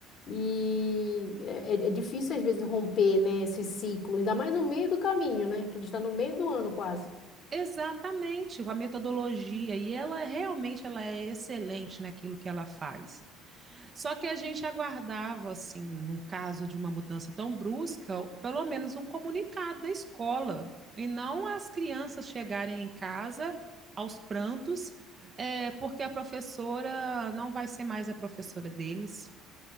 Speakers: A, on the left; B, on the right.
A: e é, é- é difícil às vezes romper, né, esse ciclo, ainda mais no meio do caminho, né, que a gente está no meio do ano quase.
B: Exatamente, com a metodologia, e ela realmente ela é excelente naquilo que ela faz. Só que a gente aguardava, assim, num caso de uma mudança tão brusca, pelo menos um comunicado da escola, e não as crianças chegarem em casa aos prantos, é, porque a professora não vai ser mais a professora deles.